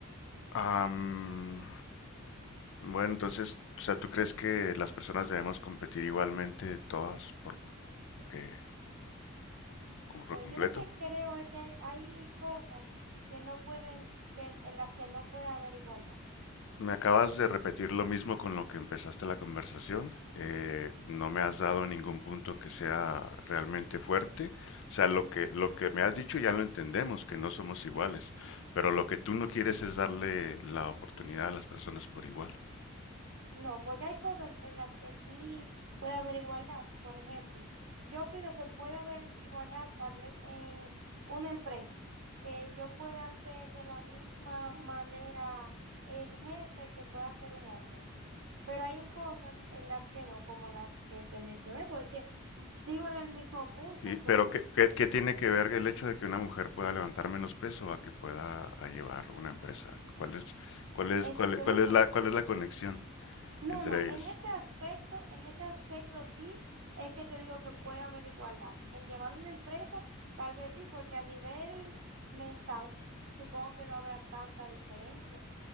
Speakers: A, on the left (about 60°); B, on the right (about 65°).
A: Am, Bueno, entonces, o sea, ¿tú crees que las personas debemos competir igualmente todas por, eh, como por
B: No,
A: completo?
B: yo lo que creo es que hay cosas que no pueden, que en, en las que no puede haber igualdad.
A: Me acabas de repetir lo mismo con lo que empezaste la conversación. eh, no me has dado ningún punto que sea realmente fuerte. O sea, lo que, lo que me has dicho ya lo entendemos, que no somos iguales. Pero lo que tú no
B: Ah,
A: quieres es darle la oportunidad a las personas por igual.
B: No, porque hay cosas en las que sí puede haber igualdad. Por ejemplo, yo opino que puede haber igualdad tal vez en una empresa, que yo pueda hacer de la misma manera el jefe que pueda ser un hombre. Pero hay en cosas en las que no, como las que te mencioné, porque sigo en el mismo punto,
A: Y, pero
B: porque
A: ¿qué,
B: es-
A: qué- qué tiene que ver el hecho de que una mujer pueda levantar menos peso a que pueda a llevar una empresa? ¿Cuál es, cuál es,
B: eso
A: cuál,
B: te
A: es cuál
B: digo.
A: es la, cuál es la conexión
B: No,
A: entre
B: no, en
A: ellas?
B: ese aspecto, en ese aspecto sí es que te digo que puede haber igualdad. En llevar una empresa, tal vez sí, porque a nivel mental supongo que no habrá tanta diferencia,